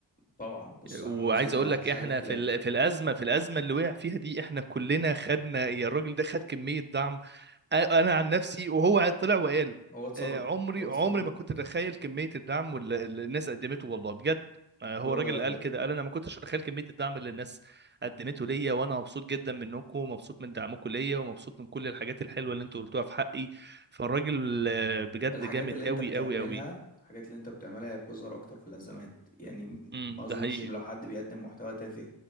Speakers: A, on the left (about 20°); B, on the right (about 25°).
A: طبعا بص
B: وعايز
A: احمد ابو زيد ما
B: اقول لك
A: فيش
B: احنا
A: عليه اختلاف
B: في ال- في الازمه في الازمه اللي وقع فيها دي احنا كلنا خدنا يا الراجل ده خد كميه دعم أ- انا عن نفسي وهو طلع وقال
A: هو اتصدم
B: آه، عمري
A: هو
B: عمري
A: اتصدم
B: ما كنت اتخيل كميه الدعم واللي اللي الناس قدمته والله بجد آه، هو
A: هو
B: راجل قال كده قال انا ما كنتش اتخيل كميه الدعم اللي الناس قدمته ليا وانا مبسوط جدا منكم ومبسوط من دعمكم ليا ومبسوط من كل الحاجات الحلوه اللي انتوا قلتوها في حقي فالراجل آه، بجد
A: الحاجات
B: جامد
A: اللي
B: قوي
A: انت بتعملها
B: قوي قوي
A: الحاجات اللي انت بتعملها هي بتظهر اكتر في الازمات يعني
B: امم
A: ما اظنش
B: ده حقيقي
A: ان لو حد بيقدم محتوى تافه